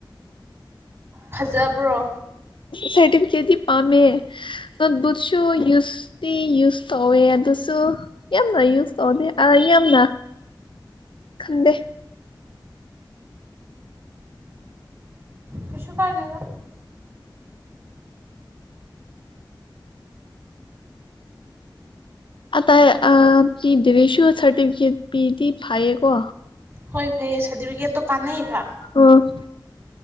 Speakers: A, on the right; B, on the left.
A: ꯐꯖꯕ꯭ꯔꯣ
B: ꯁꯔꯇꯤꯐꯦꯠꯗꯤ ꯄꯝꯃꯦ ꯇꯠ ꯕꯨꯊꯁꯨ ꯌꯨꯁꯇꯤ ꯌꯨꯁ ꯇꯧꯋꯦ ꯑꯗꯨꯁꯨ ꯌꯥꯝꯅ ꯌꯨꯁ ꯇꯧꯗꯦ ꯑꯥ ꯌꯥꯝꯅ ꯈꯪꯗꯦ
A: ꯀꯩꯁꯨ ꯀꯥꯏꯗꯦꯗ
B: ꯑꯥꯇꯩ ꯑꯥ ꯄꯤꯗ꯭ꯔꯦꯁꯨ ꯁꯥꯔꯇꯤꯐꯤꯀꯦꯠ ꯄꯤꯗꯤ ꯐꯌꯦꯀꯣ
A: ꯍꯣꯏ ꯐꯩꯌꯦ ꯁꯥꯔꯇꯤꯐꯤꯀꯦꯠꯇꯣ ꯀꯥꯟꯅꯩꯕ
B: <unintelligible>